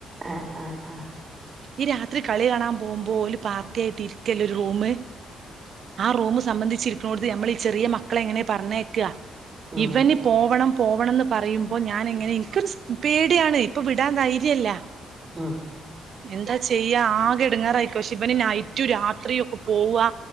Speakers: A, on the right; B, on the right.
A: ആഹ്ആഹ് ആഹ്
B: ഈ രാത്രി കളി കാണാ പോമ്പോ ഓല് പാർട്ടി ആയി തിരിക്കല്ലെ ഒരു റൂമ് ആ റൂമ് സംബന്ധി ച്ചിരിക്കുനണോട്ത്ത് ഞമ്മളീ ചെറ്യേ മക്കളെയെങ്ങനെ പറഞയക്ക
A: ആഹ് ആഹ്
B: ഇവന് പോവണം പോവണംന്ന് പറയുമ്പോ ഞാനെങ്ങനെ ഇൻക്ക് പേടിയാണ് ഇപ്പൊ വിടാ ധൈര്യല്ല
A: ഉം
B: എന്താ ചെയ്യ ആകെ എടങ്ങാറായിക്ക ക്ഷെ ഇവനി നൈറ്റു രാത്രി ഒക്കെ പോവാ